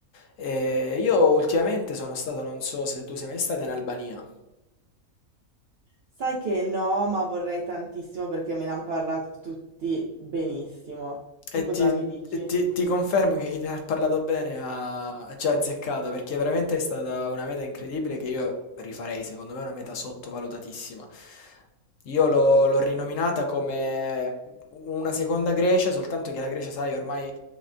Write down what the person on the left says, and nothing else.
E io ultimamente sono stato, non so se tu sei mai stato in Albania.
E
ti,
e ti- ti confermo che chi ti ha parlato bene ha, ci ha azzeccato perché veramente è stata una meta incredibile che io rifarei, secondo me è una meta sottovalutatissima. Io l'ho l'ho rinominata come una seconda Grecia, soltanto che la Grecia, sai, ormai